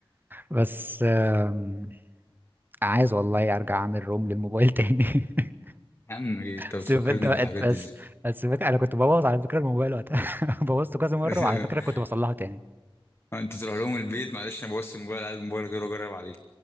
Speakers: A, on the right (about 20°); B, on the left (about 25°).
A: بس آم، عايز والله ارجع اعمل روم للموبايل تاني <laughs>
B: يا عم إيه انت بتفكرني
A: سيب انت بقى
B: بالحاجات
A: أنت بس
B: دي ازاي
A: بس فك... انا كنت ببوظ على فكرة الموبايل وقتها <laughs> بوظته كذا مرة
B: <laughs>
A: وعلى فكرة كنت بصلحه تاني
B: انت تروح لهم البيت معلش انا بوظت الموبايل عايز الموبايل غيره اجرب عليه